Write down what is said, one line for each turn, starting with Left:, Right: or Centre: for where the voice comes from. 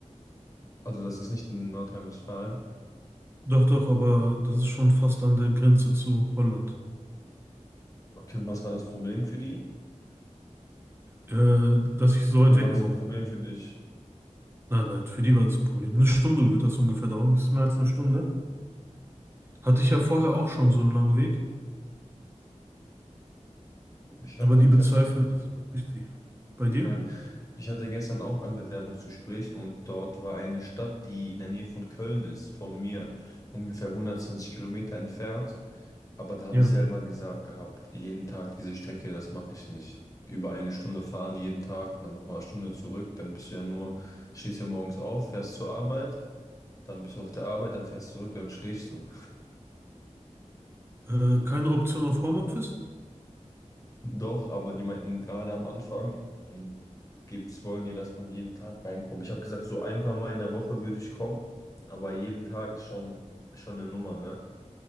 Left: Also, das ist nicht in Nordrhein-Westfalen.
Right: Doch, doch, aber das ist schon fast an der Grenze zu Holland.
Left: Okay, und was war das Problem für die?
Right: Äh, dass ich so weit
Left: Oder
Right: weg
Left: war das
Right: wohne.
Left: ein Problem für dich?
Right: Nein, nein, für die war das ein Problem. Eine Stunde wird das ungefähr dauern, ein bisschen mehr als eine Stunde. Hatte ich ja vorher auch schon so einen langen Weg,
Left: Ich hatte
Right: aber die bezweifeln,
Left: tatsächlich
Right: dass ich das durchziehe. Bei dir?
Left: Ja. Ich hatte gestern auch ein Bewerbungsgespräch und dort war eine Stadt, die in der Nähe von Köln ist, von mir ungefähr 120 Kilometer entfernt. Aber da habe
Right: Ja.
Left: ich selber gesagt gehabt, jeden Tag diese Strecke, das mache ich nicht. Über eine Stunde fahren jeden Tag und dann nochmal eine Stunde zurück, dann bist du ja nur, stehst ja morgens auf, fährst zur Arbeit, dann bist du auf der Arbeit, dann fährst du zurück, dann schläfst du.
Right: Äh, keine Option auf Homeoffice?
Left: Doch, aber die meinten gerade am Anfang, gibt's, wollen die, dass man jeden Tag reinkommt. Ich habe gesagt, so ein paar Mal in der Woche würde ich kommen, aber jeden Tag ist schon, schon eine Nummer, ne?